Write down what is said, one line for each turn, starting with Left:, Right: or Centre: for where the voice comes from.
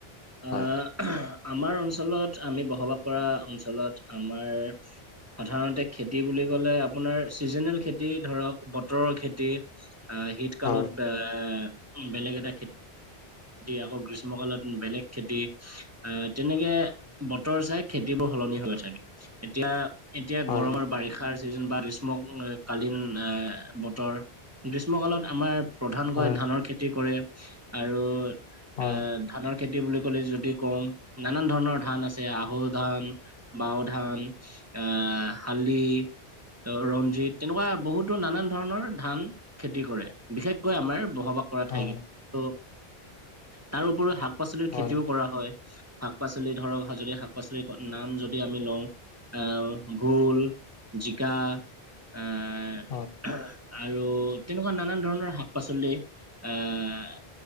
Left: হয়
Right: অঁ আমাৰ অঞ্চলত আমি বসবাস কৰা অঞ্চলত আমাৰ সাধাৰণতে খেতি বুলি ক'লে আপোনাৰ ছিজনেল খেতি ধৰক বতৰৰ খেতি আহ শীত
Left: হয়
Right: কালত এ বেলেগ এটা খেতি খেতি আকৌ গ্ৰীষ্মকালত বেলেগ খেতি- আহ তেনেকে বতৰ চাই খেতিবোৰ সলনি হৈ থাকে এতিয়া। এতিয়া
Left: হয়
Right: গৰমৰ বাৰিষাৰ চিজন বা গ্ৰীষ্ম কালীন আহ বতৰ গ্ৰীষ্ম কালত আমাৰ- প্ৰধানকৈ
Left: হয়
Right: ধানৰ খেতি কৰে আৰু
Left: হয়
Right: এ ধানৰ খেতি বুলি কলে যদি কওঁ নানান ধৰণৰ ধান আছে আহু ধান, বাও ধান, আহ শালি। ত ৰঞ্জিত তেনেকুৱা বহুতো নানান ধৰণৰ ধান খেতি কৰে। বিশেষকৈ আমাৰ বসবাস কৰা
Left: হয়
Right: ঠাইকেই ত' তাৰ উপৰিও শাক পাচলিৰ
Left: হয়
Right: খেতিও কৰা হয়। শাক পাচলি ধৰক যদি শাক পাচলিৰ নাম যদি আমি লওঁ। আহ ভুল, জিকা আহ-
Left: হয়
Right: আৰু তেনেকুৱা নানান ধৰণৰ শাক পাচলি আহ।